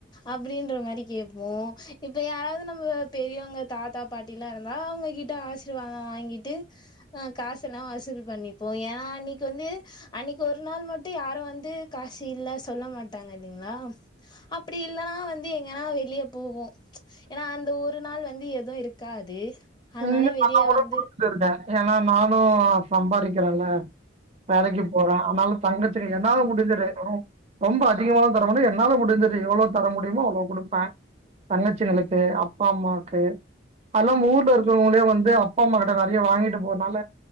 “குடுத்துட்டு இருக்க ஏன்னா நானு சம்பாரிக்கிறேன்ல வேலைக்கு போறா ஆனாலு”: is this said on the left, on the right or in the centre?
Right